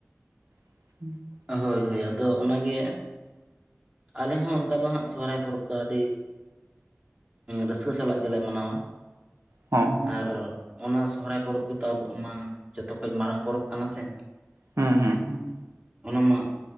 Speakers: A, on the right; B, on the right.
A: <inaudible> <inaudible>
B: ᱦᱳᱭ ᱦᱳᱭ ᱟᱫᱚ ᱚᱱᱟᱜ ᱜᱮ ᱟᱞᱮ ᱦᱚᱸ ᱚᱱᱠᱟ ᱫᱚ ᱦᱟᱸᱜ ᱥᱚᱨᱦᱟᱭ ᱯᱚᱨᱚᱵᱽ ᱫᱚ ᱟᱹᱰᱤ ᱨᱟᱹᱥᱠᱟᱹ ᱥᱟᱞᱟᱜ ᱜᱮᱞᱮ ᱢᱟᱱᱟᱣᱟ
A: ᱦᱚᱸ ᱦᱚᱸ
B: ᱟᱨ ᱚᱱᱟ ᱥᱚᱦᱚᱨᱟᱭ ᱯᱚᱨᱚᱵᱽ ᱜᱮᱛᱚ ᱟᱵᱚ ᱢᱟ ᱡᱚᱛᱚᱠᱷᱚᱡ ᱢᱟᱨᱟᱝ ᱯᱚᱨᱚᱵᱽ ᱠᱟᱱᱟ ᱥᱮ
A: ᱦᱩᱸ ᱦᱩᱸ ᱦᱩᱸ
B: ᱚᱱᱟ ᱢᱟ